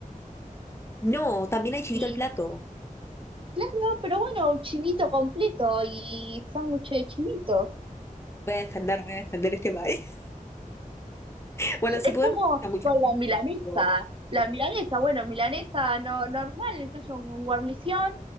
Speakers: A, on the left; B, on the right.
A: No, también hay chivito
B: Y
A: al plato.
B: claro, pero bueno, chivito completo y sándwiches de chivito.
A: Voy a defender, voy a defender este país. Bueno, si
B: Es
A: podemos,
B: como
A: está mucho
B: con la
A: dulce,
B: milanesa.
A: tipo,
B: La milanesa, bueno, milanesa no, normal, entonces con guarnición